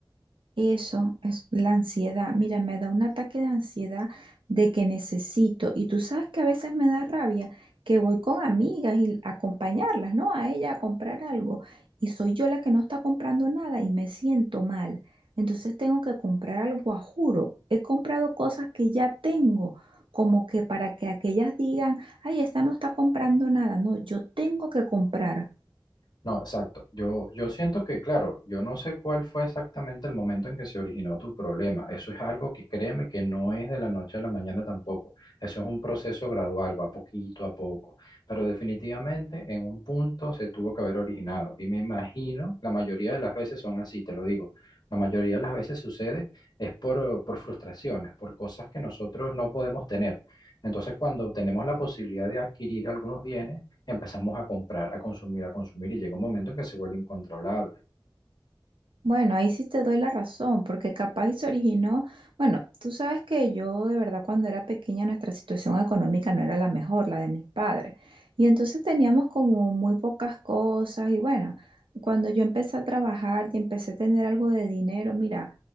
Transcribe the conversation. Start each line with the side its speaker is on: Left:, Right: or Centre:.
Right: Eso es la ansiedad. Mira, me da un ataque de ansiedad de que necesito. Y tú sabes que a veces me da rabia que voy con amigas y a acompañarlas, ¿no? A ella a comprar algo. Y soy yo la que no está comprando nada y me siento mal. Entonces tengo que comprar algo a juro. He comprado cosas que ya tengo, como que para que aquellas digan, ay, esta no está comprando nada. No, yo tengo que comprar.
Left: No, exacto. Yo, yo siento que, claro, yo no sé cuál fue exactamente el momento en que se originó tu problema. Eso es algo que créeme que no es de la noche a la mañana tampoco. Eso es un proceso gradual, va poquito a poco. Pero definitivamente en un punto se tuvo que haber originado. Y me imagino, la mayoría de las veces son así, te lo digo. La mayoría de las veces sucede es por, por frustraciones, por cosas que nosotros no podemos tener. Entonces, cuando tenemos la posibilidad de adquirir algunos bienes, empezamos a comprar, a consumir, a consumir y llega un momento en que se vuelve incontrolable.
Right: Bueno, ahí sí te doy la razón, porque capaz y se originó, bueno, tú sabes que yo de verdad cuando era pequeña nuestra situación económica no era la mejor, la de mis padres, y entonces teníamos como muy pocas cosas y bueno, cuando yo empecé a trabajar y empecé a tener algo de dinero, mira,